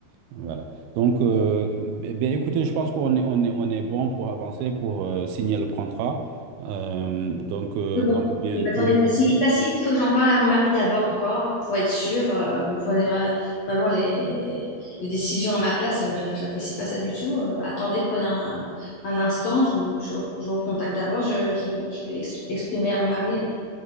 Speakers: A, on the right; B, on the left.
A: Voilà. Donc, euh, eh bien, écoutez, je pense qu'on est, on est, on est bon pour avancer, pour euh, signer le contrat. Euh, donc, euh,
B: Mais bon,
A: comme, bien,
B: oui, mais
A: comme
B: attendez pas
A: je l'ai
B: si
A: dit,
B: vite, pas si vite. Faut que j'en parle à mon mari d'abord encore pour être sûre. Euh, vous prenez vra- vraiment les... les décisions à ma place. Euh, j'a- J'apprécie pas ça du tout. Euh, attendez, prenez un, un instant. Je vous, je vous, je vous recontacte d'abord. Je, je, je vais ex- exprimer à mon mari.